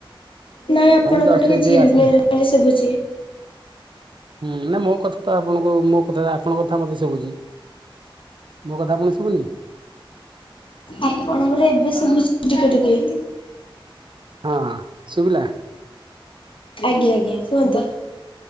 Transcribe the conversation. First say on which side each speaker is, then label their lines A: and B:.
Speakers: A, on the left; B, on the right.
A: ନାଇଁ ଆପଣଙ୍କ
B: ଜଷ୍ଟ
A: ଟିକେ
B: ଏଇଠି
A: ଝିଲମିଲ
B: ଆସିଲି
A: <inaudible> ଶୁଭୁଛି।
B: ହୁଁ ନା ମୋ କଥା ତ, ଆପଣଙ୍କୁ ମୋ କଥା, ଆପଣଙ୍କ କଥା ମୋତେ ଶୁବୁଚି। ମୋ କଥା ଆପଣଙ୍କୁ ଶୁବୁନି?
A: ଆପଣଙ୍କର ଏବେ ଶୁଭୁଚି ଟିକେ ଟିକେ।
B: ହଁ ଶୁବିଲା?
A: ଆଜ୍ଞା, ଆଜ୍ଞା, କୁହନ୍ତୁ।